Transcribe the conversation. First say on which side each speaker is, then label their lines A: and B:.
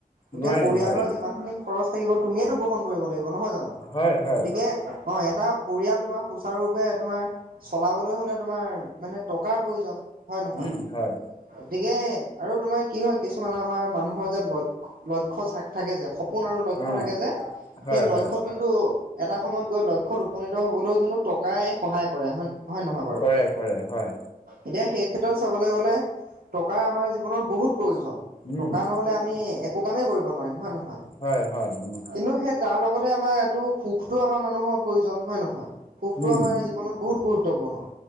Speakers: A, on the right; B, on the left.
A: গোটেই
B: নোৱাৰিম
A: পৰিয়ালৰ
B: নোৱাৰিম
A: যিমানখিনি খৰচ থাকিব তুমিয়েতো বহন কৰিব লাগিব নহয় জানো?
B: হয় হয়
A: গতিকে অ, এটা পৰিয়াল তোমাৰ সুচাৰুৰূপে তোমাৰ চলাবলৈ হ'লে তোমাৰ মানে টকাৰ প্ৰয়োজন, হয় নহয়।
B: উম হয়
A: গতিকে আৰু তোমাৰ কি হয় কিছুমান আমাৰ মানুহৰ যে লক্ষ্য লক্ষ্য থাকে যে সপ- কোন আৰু লক্ষ্য
B: অ
A: থাকে যে
B: হয়
A: সেই লক্ষ্যত
B: হয়
A: কিন্তু এটা সময়ত গৈ লক্ষ্যত উপনীত হ'বলৈও কিন্তু টকাই সহায় কৰে হয় হয় নহয় বাৰু।
B: কৰে কৰে হয়
A: এতিয়া সেই ক্ষেত্ৰত চাবলৈ গলে টকা আমাৰ জীৱনত বহুত প্ৰয়োজন,
B: উম
A: টকা নহলে আম- মি একো কামে কৰিব নোৱাৰিম হয় নহয়,
B: হয় হয় উম
A: কিন্তু তাৰ লগতে আমাৰ এটো সুখটো আমাৰ মানুহৰ প্ৰয়োজন হয় নহয়, সুখটো
B: উম
A: আমাৰ জী- জীৱনত বহুত গুৰুত্বপূৰ্ণ,